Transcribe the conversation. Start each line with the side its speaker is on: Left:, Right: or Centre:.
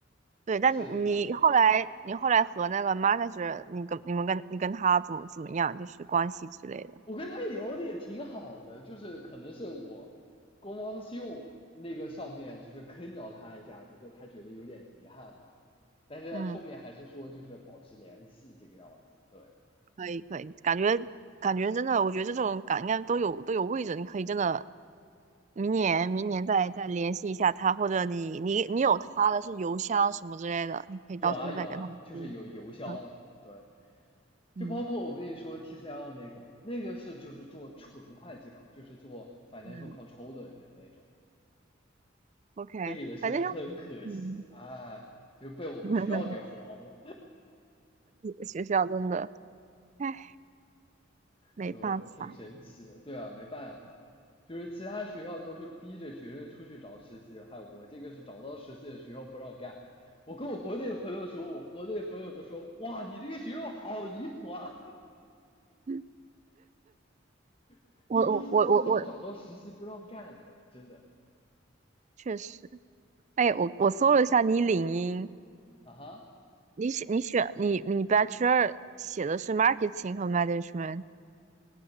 Right: 对，但你你后来你后来和那个
Left: 试一下。
Right: manager，你跟你们跟你跟他怎么怎么样，就是关系之类的。
Left: 我跟他聊的也挺好的，就是可能是我公方秀那个上面就是坑着他一下，就是他觉得有点遗憾吧，但是后面还是说就是保持联系这个样子。
Right: 嗯，
Left: 对，
Right: 可以可以，感觉感觉真的，我觉得这种感应该都有都有位置，你可以真的明年明年再再联系一下他，或者你你你有他的是邮箱什么之类的，你可以到时候再跟他们说。
Left: 有啊有啊，就是有邮箱，
Right: 对，
Left: 对，就包括我跟你说
Right: 嗯
Left: TCL 那个，那个是就是做纯会计岗，就是做 financial
Right: 嗯
Left: control 的人那种，
Right: ，OK，
Left: 那个也是很可惜啊，
Right: 反正就嗯，
Left: 就被我们学校给黄了，
Right: <laughs> 学校真的，唉，没办法。
Left: 就挺神奇的。对啊，没办法，就是其他学校都是逼着学生出去找实习，嗨，我这个是找到实习的学校不让干。我跟我国内的朋友说，我们国内的朋友都说，哇，你这个学校好离谱啊，
Right: <laughs>
Left: <laughs> 说第一次知道找到实习不让干的，
Right: 我我我我我
Left: 真的
Right: 确实，哎，我我搜了一下你领英，
Left: 啊哈。
Right: 你写你选你你 Bachelor 写的是 marketing 和 management，